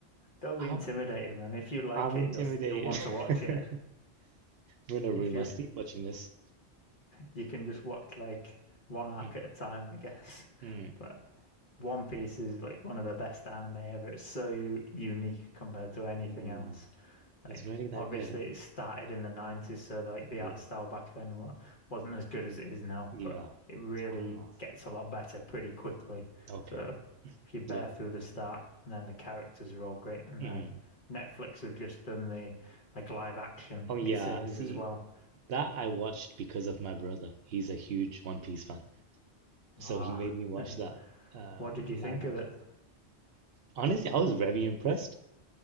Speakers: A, on the left; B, on the right.
A: Don't
B: I'm
A: be intimidated, man. If you like
B: I'm
A: it,
B: intimidated.
A: you'll s- you'll want to watch
B: <laughs> I'm
A: it.
B: gonna ruin
A: If you
B: my sleep watching this.
A: you can just watch like one arc
B: Hmm.
A: at a time, I guess. <laughs>
B: Hmm.
A: But One Piece is like one of the best anime ever. It's so u- unique compared to anything
B: Hmm.
A: else.
B: It's
A: Like
B: really that
A: obviously
B: good, huh?
A: it started in the 90s, so like the
B: Yeah,
A: art style back then wa- wasn't as good as it is now,
B: yeah.
A: but it really
B: Ah,
A: gets a lot better pretty quickly.
B: okay.
A: So if you bear
B: Yeah.
A: through the start and then the characters are all great and
B: Mm.
A: like Netflix have just done the like live action
B: Oh, yeah.
A: like series
B: See,
A: as well.
B: that I watched because of my brother. He's a huge One Piece fan. So
A: Ah,
B: he made me
A: <laughs>
B: watch
A: nice.
B: that um,
A: What did you
B: live
A: think
B: action.
A: of it?
B: Honestly, I was very impressed.